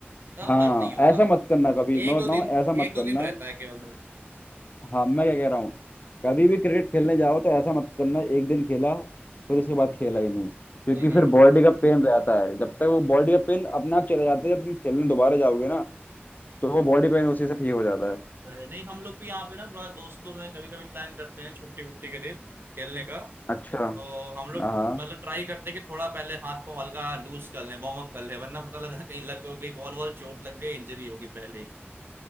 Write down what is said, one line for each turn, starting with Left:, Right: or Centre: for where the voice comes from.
Right: तब
Left: हाँ
Right: दर्द नहीं होता
Left: ऐसा मत करना कभी मैं
Right: एक दो
Left: बताऊँ
Right: दिन
Left: ऐसा
Right: एक
Left: मत
Right: दो
Left: करना
Right: दिन रहता है केवल दर्द
Left: हाँ मैं क्या कह रहा हूँ कभी भी क्रिकेट खेलने जाओ तो ऐसा मत करना एक दिन खेला फिर उसके बाद खेला ही नहीं क्योंकि
Right: नहीं नहीं
Left: फिर बॉडी का पेन रहता है जब तक वो बॉडी का पेन अपने आप चला जाता है जब तुम खेलने दोबारा जाओगे ना तो वो बॉडी पेन उसी से ठीक हो जाता है
Right: नहीं नहीं, हम लोग भी यहाँ पे ना थोड़ा दोस्तों में कभी कभी प्लान करते हैं छुट्टी वुट्टी के दिन खेलने का
Left: अच्छा
Right: तो हम लोग
Left: हाँ
Right: मतलब ट्राई करते हैं कि थोड़ा पहले हाथ को हल्का लूज कर लें वार्म अप कर लें वरना पता लगा कहीं लग गई बॉल बॉल चोट लग गई इंजरी होगी पहले ही